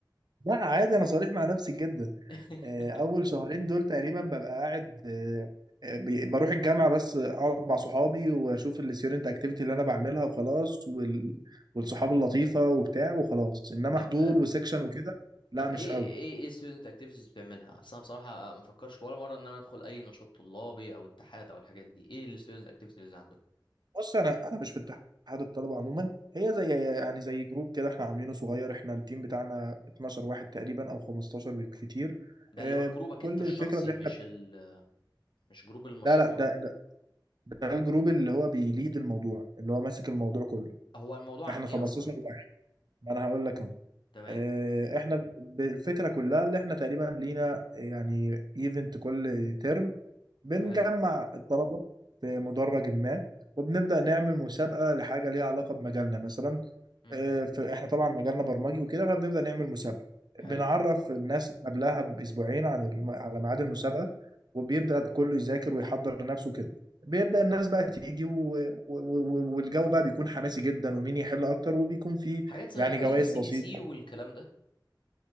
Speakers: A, on the right (about 60°); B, on the left (about 80°).
A: لا عادي انا صريح مع نفسي جدا
B: <laughs>
A: آه، اول شهرين دول تقريبا ببقى قاعد آه، آه، بي- بروح الجامعه بس اقعد مع صحابي واشوف الستيودنت اكتيفيتي اللي انا بعملها وخلاص وال... والصحاب اللطيفه وبتاع وخلاص انما
B: طب
A: حضور وسكشن وكده لا
B: طب ايه
A: مش قوي
B: ايه ايه student activities بتعملها اصل انا بصراحه ما فكرش ولا مره ان انا ادخل اي نشاط طلابي او اتحاد او الحاجات دي ايه ال student activities اللي عندكم
A: بص انا انا مش في اتحاد الطلبه عموما هي زي يعني زي جروب كده احنا عاملينه صغير احنا التيم بتاعنا 12 واحد تقريبا او 15 بالكتير
B: ده
A: آه،
B: اللي هو جروبك
A: كل
B: انت الشخصي
A: الفكره ان
B: مش
A: احنا
B: ال مش جروب المشروع
A: لا لا ده, ده ده الجروب اللي هو بيليد الموضوع اللي هو ماسك الموضوع كله
B: هو الموضوع
A: احنا
B: عن ايه
A: 15
B: اصلا
A: واحد ما انا هقول لك اهو
B: تمام
A: آه، احنا ب- الفكره كلها اللي احنا تقريبا لينا يعني ايفنت كل ترم بنجمع
B: حلو
A: الطلبه في مدرج ما وبنبدا نعمل مسابقه لحاجه ليها علاقه بمجالنا مثلا
B: امم
A: آه، فاحنا طبعا مجالنا برمجي وكده فبنبدا نعمل مسابقه
B: حلو
A: بنعرف الناس قبلها باسبوعين عن الم... على ميعاد المسابقه وبيبدا كله يذاكر ويحضر نفسه كده بيبدا الناس بقى تيجي و... و... و... والجو بقى بيكون حماسي جدا ومين يحل اكتر وبيكون فيه
B: حاجات زي
A: يعني
B: اي
A: جوائز
B: سي
A: بسيطه
B: بي سي والكلام ده